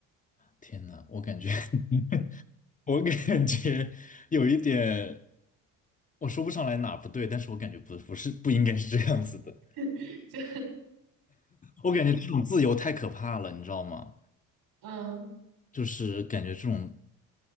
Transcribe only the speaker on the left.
天呐，我感觉 <laughs> 我感觉有一点，我说不上来哪不对，但是我感觉不不是不应该是这样子的。
我感觉这种自由太可怕了，你知道吗？
就是感觉这种